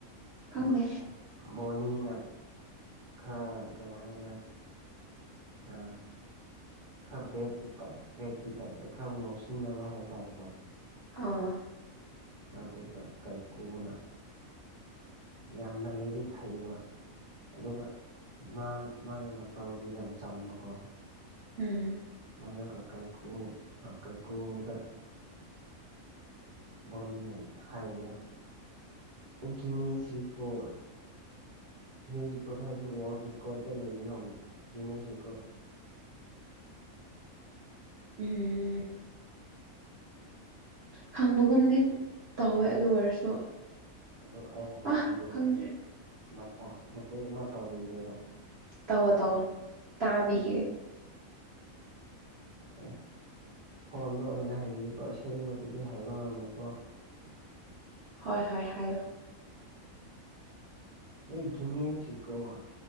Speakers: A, on the right; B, on the right.
A: ꯈꯪꯗꯦ
B: ꯫ ꯕꯣꯅꯤꯅ ꯈꯔ ꯀꯃꯥꯏꯅ꯫ ꯑ ꯈꯔ ꯚꯦꯠꯀꯤ ꯇꯥꯏꯞ ꯚꯦꯠꯀꯤ ꯇꯥꯏꯞꯇ ꯈꯔ ꯉꯥꯎꯁꯤꯟꯅꯕ ꯍꯥꯏꯇꯥꯔꯦꯀꯣ꯫
A: ꯑꯥ꯫
B: ꯑꯗꯨꯒ ꯀꯥꯏꯀꯨꯅ ꯌꯥꯝꯅ ꯂꯥꯏꯔꯤꯛ ꯍꯩꯕ꯫ ꯑꯗꯨꯒ ꯃꯥ ꯃꯥꯒꯤ ꯃꯇꯧꯗꯨ ꯌꯥꯝ ꯆꯝꯕꯀꯣ꯫
A: ꯎꯝ꯫
B: ꯃ ꯀ ꯀꯥꯏ ꯀꯣ ꯀ ꯀꯩ ꯀꯨꯗ꯫ ꯕꯣꯅꯤꯅꯪ ꯍꯥꯏꯕꯤꯌꯣ ꯫ <unintelligible> ꯗꯤꯅꯦꯁ ꯔꯦꯀꯣꯔꯠ ꯍꯥꯏꯁꯦ ꯋꯥꯔꯜꯗ ꯔꯦꯀꯣꯔꯠꯇ ꯂꯩꯌꯦꯅ ꯗꯤꯅꯦꯁ ꯔꯦꯀꯣꯔꯠ꯫
A: ꯎꯝ ꯈꯪꯕꯒꯨꯝꯗꯤ ꯇꯧꯋꯦ ꯑꯗꯨ ꯑꯣꯏꯔꯁꯨ
B: ꯑꯗꯨ ꯑꯩ ꯍꯩꯕꯤꯔꯦꯕ
A: ꯑꯥ ꯈꯪꯗ꯭ꯔꯦ
B: ꯃꯇꯦꯛ ꯑꯃ ꯇꯧꯔꯤꯒꯦꯕ
A: ꯇꯑꯣ ꯇꯧꯑꯣ ꯇꯥꯕꯤꯒꯦ꯫
B: ꯑꯣ ꯐꯣꯟꯗ ꯑꯣꯏꯅ ꯍꯩꯅꯤꯀꯣ ꯑꯁꯦꯡꯕꯗꯨꯗꯤ ꯍꯥꯏꯕ ꯉꯝꯃꯦꯣꯏꯀꯣ꯫
A: ꯍꯣꯏ ꯍꯣꯏ ꯍꯥꯏꯌꯣ꯫
B: ꯍꯩ ꯒꯦꯅꯦꯁ ꯔꯦꯒꯣꯠ